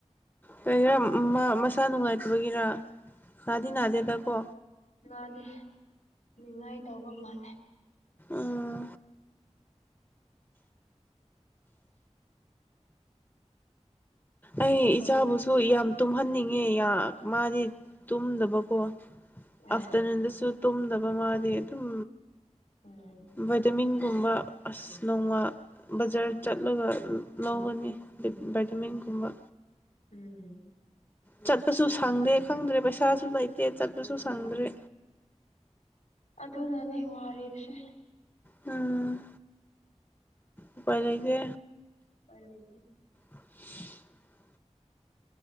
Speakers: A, on the left; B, on the left.
A: ꯀꯩꯒꯤꯔꯥ ꯃꯥ ꯃꯁꯥ ꯅꯨꯡꯉꯥꯏꯇꯕꯒꯤꯔꯥ ꯅꯥꯗꯤ ꯅꯥꯗꯦꯗꯥ ꯀꯣ
B: ꯅꯥꯗꯦ ꯅꯤꯡꯉꯥꯏ ꯇꯧꯕ ꯃꯥꯜꯂꯦ
A: ꯑꯥ ꯑꯩ
B: ꯍꯧ
A: ꯏꯆꯥꯕꯨꯁꯨ ꯌꯥꯝ ꯇꯨꯝꯍꯟꯅꯤꯡꯉꯦ ꯌꯥ ꯃꯥꯗꯤ ꯇꯨꯝꯗꯕꯀꯣ ꯑꯥꯐꯇꯔꯅꯨꯟꯗꯁꯨ
B: ꯎꯝ
A: ꯇꯨꯝꯗꯕ ꯃꯥꯗꯤ ꯑꯗꯨꯝ
B: ꯎꯝ
A: ꯚꯥꯏꯇꯃꯤꯟ ꯒꯨꯝꯕ ꯑꯁ ꯅꯣꯡꯃ ꯕꯖꯥꯔ ꯆꯠꯂꯒ ꯂꯧꯒꯅꯤ ꯚ ꯚꯩꯠꯇꯥꯃꯤꯟ ꯀꯨꯝꯕ
B: ꯎꯝ
A: ꯆꯠꯄꯁꯨ ꯁꯪꯗꯦ ꯈꯪꯗ꯭ꯔꯦ ꯄꯩꯁꯥꯁꯨ ꯂꯩꯇꯦ ꯆꯠꯄꯁꯨ ꯁꯪꯗ꯭ꯔꯦ
B: ꯑꯗꯨꯅꯅꯦ ꯋꯥꯔꯤꯕꯁꯦ
A: ꯎꯝ ꯎꯄꯥꯏ ꯂꯩꯇꯦ
B: ꯄꯥꯏ ꯂꯩꯇꯦ
A: <inaudible>